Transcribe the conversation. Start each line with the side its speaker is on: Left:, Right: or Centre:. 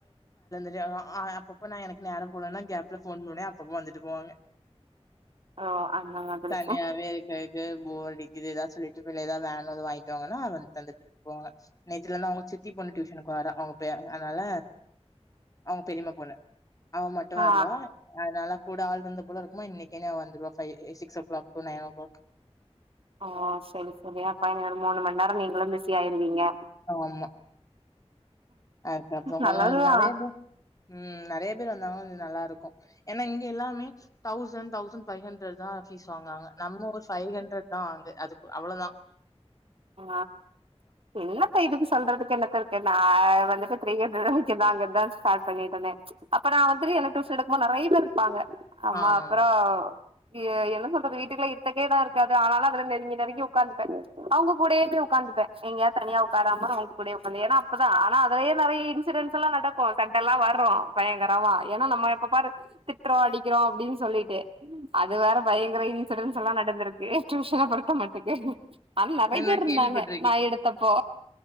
Left: இது ஆமா ஆ அப்பப்ப நா எனக்கு நேரோ போலன்னா கேப்ல ஃபோன் பண்ணுவே அப்பப்ப வந்துட்டு போவாங்க.
Right: ஓ அந்த மாதிரி
Left: னியாவே இருக்கறக்கு போரடிக் கிது எதாச்சு <unintelligible> எதாவது ஆனது வாங்கிட்டு வாங்கன்னா வந்து தந்துட்டு போவாங்க. நேத்துல இருந்து அவுங்க சித்தி பொண்ணு டியூஷனுக்கு வரா அவு ங்க அதனால அவங்க பெரியம்மா போல அவ மட்டு
Right: ஆ
Left: வருவா அதனால கூட ஆள் இருந்தாப்புல இருக்குமா இன்னக்கி என்ன வந்துருவா ஃபைவ் எ six o'clock to nine o'clock
Right: ஓ செரி செரி அப்ப இனி ஒரு மூணு மணி நேரோ நீங்களு பிஸி ஆயிருவீங்க
Left: ஆமா அதுக்காகத்தா கொஞ்ச
Right: நல்லதுதா
Left: நேரோ நெறைய பேர் ம் ம் நெறைய பேர் வந்தாங்கன்னா கொஞ்ச நல்லா இருக்கு ஏன்னா இங்க எல்லாமே தௌசண்ட் தௌசண்ட் ஃபைவ் ஹண்ட்ரட்தா ஃபீஸ் வாங்குறாங்க நம்ம ஒரு ஃபைவ் ஹண்ட்ரட்தா வாங்குது அதுக்கு அவ்ளவுதா
Right: ஆ என்னப்பா இதுக்கு சொ ல்றதுக்கு என்னத்த இருக்கு நா வந்துட்டு த்ரீ ஹண்ட் <unintelligible> பண்ணிட்டோனே அப்ப நா வந்துதி எனக்கு டியூசன் எடுக்கும்போது நெறைய பேர் இருப்பாங்க. ஆமா
Left: ஆமாமா
Right: அப்புறோ எ என்ன சொல்றது வீட்டுக்குள்ள இரு க்கறதுக்கே எடோ இருக்காது அதனால அதுல நெருங்கி நெருங்கி உக்காந்துப்பே. அவுங்க கூடயே போய் உக்காந்துப்பே எங்கயா தனியா உக்காராம அவுங்க கூடயே உக்காந்து ஏன்னா அப்பதா ஆனா அதுலயே நெறைய இன்சிடென்ஸ் எல்லா நடக்கு சண்டல்லா வரு பயங்கரமா. ஏன்னா நம்ம எப்ப பாரு திட்றோ அடிக்கிறோ அப்டின்னு சொல்லிட்டு அது வேற பயங்கர இன்சிடென்ஸ் எல்லா நடந்திருக்கு டியூஷன பொருத்த மட்டுக்கு அது நெறைய பேர்
Left: நா
Right: இருந்தாங்க
Left: கேள்விப்பட்டிருக்கே
Right: நா எடுத்தப்போ